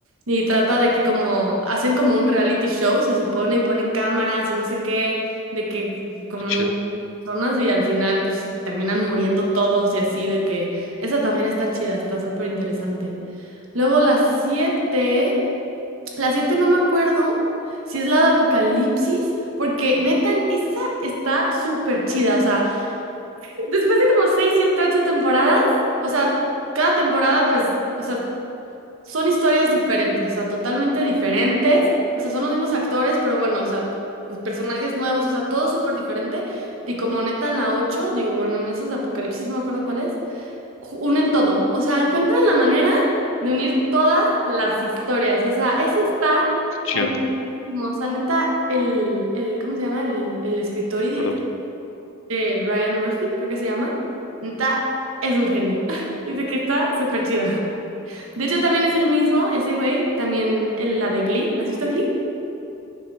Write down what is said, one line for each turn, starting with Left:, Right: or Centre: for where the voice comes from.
Right: Y trata de que como hacen como un reality show, se supone, y ponen cámaras y no sé qué, de que como
Left: qué chido,
Right: no personas y al final pues terminan muriendo todos y así, de que esa también está chida, está súper interesante. Luego las siete, las siete no me acuerdo si es la de Apocalipsis, porque neta, esa está súper chida, o sea... Después de como seis, siete, ocho temporadas, o sea, cada temporada, pues, o sea, son historias diferentes, o sea, totalmente diferentes, o sea, son los mismos actores, pero bueno, o sea, pues personajes nuevos, o sea, todo súper diferente. Y como neta en la ocho digo, bueno, en esas de Apocalipsis, no me acuerdo cuál es, ju- unen todo, o sea, encuentran la manera de unir todas las historias, o sea, eso está
Left: qué chido.
Right: cañonísimo, o sea, neta, el, el, ¿cómo se llama? El, el escritor y director
Left: Pero
Right: de Ryan Murphy, creo que se llama, está, es un genio. <laughs> Dice que está súper chida. De hecho, también es el mismo, ese güey, también el- la de Glee. ¿Has visto Glee?